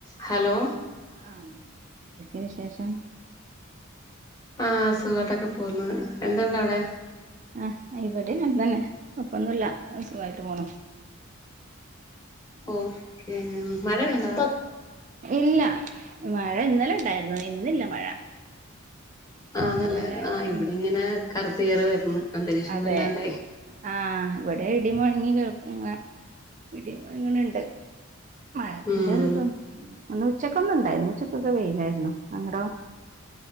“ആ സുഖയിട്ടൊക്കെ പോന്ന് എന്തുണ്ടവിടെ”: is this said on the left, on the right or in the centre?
Left